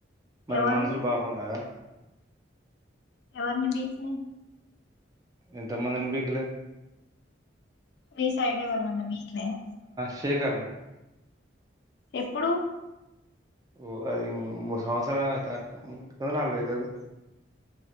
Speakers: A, on the right; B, on the left.
A: మరి
B: ఎవరిని
A: మనుషులు పాపం కదా
B: ఎవర్ని బీకినయ్
A: ఎంతమందిని బీకలేదు
B: మీ సైడే ఎవర్నన్న బీకినయా
A: శేఖర్నా
B: ఎప్పుడు
A: ఓ అది ము మూడ్ సంవత్సర అయిత <unintelligible> నాలుగయితాందో